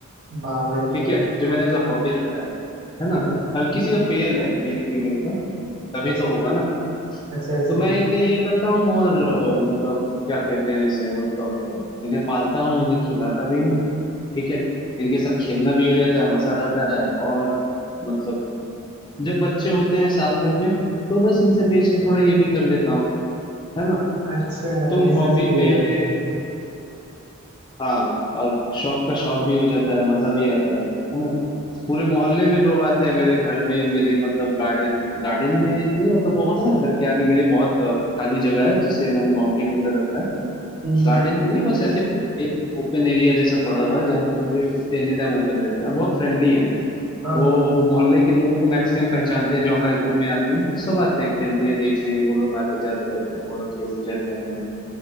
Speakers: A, on the right; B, on the left.
A: वाह बड़े वाह
B: ठीक है जो मैंने एज अ हॉबी रखा है है ना
A: हाँ
B: हर किसी का पेयर है मेल फीमेल का तभी
A: अच्छा
B: तो होगा ना
A: अच्छा अच्छा
B: तो मैं इन्हें ये करता हूँ और अ, मतलब क्या कहते हैं इसे मतलब अ, इन्हें पालता हूँ इन्हें खिलाता भी हूँ ठीक है इनके साथ खेलना भी हो जाता है मजा आता है और मतलब जब बच्चे होते हैं साल भर में तो बस इनसे बेच के थोड़ा ये भी कर लेता हूँ है ना
A: अच्छा
B: तुम
A: बिजनेस
B: हॉबी
A: भी हो
B: पे
A: जाता है
B: हाँ और शौक का शौक भी हो जाता है मजा भी आता है है ना पूरे मोहल्ले में लोग आते हैं मेरे घर में मेरे मतलब गार्डन गार्डन में नहीं मतलब वो होता है ना घर के आगे मेरी बहुत अ, खाली जगह है जिसे मैंने बाउंड्री के अंदर रखा है
A: हम्म हम्म,
B: गार्डन तो नहीं बस ऐसे एक ओपन एरिया जैसा पड़ा हुआ है जहाँ पर मेरे कुत्ते एनी टाइम ओपन रहते हैं और बहुत फ्रेंडली हैं
A: हाँ
B: वो
A: हाँ
B: मोहल्ले के लोगों को मैक्सिमम पहचानते हैं जो हमारे घर में आते हैं तो सब आते हैं खेलने देखने वो लोग आते जाते रहते हैं वो लोग खेलते रहते हैं अपना